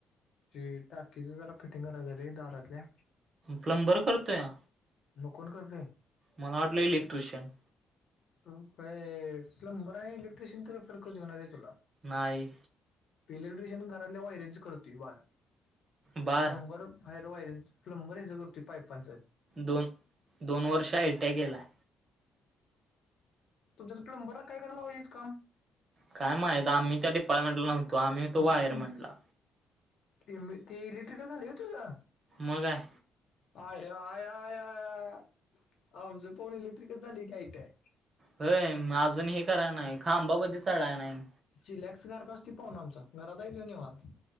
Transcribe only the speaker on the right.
प्लंमबर करतोय या
मला वाटले इलेक्ट्रिशियन
नाही
बाळ
दोन दोन वर्ष आय ट्या केलाय
काय माहित आम्ही त डिपार्टमेंटला नव्हतो आम्ही होतो
वायरमनला.
मगय
होय अजून हे कराय नाही खांबा ब चढा नाही.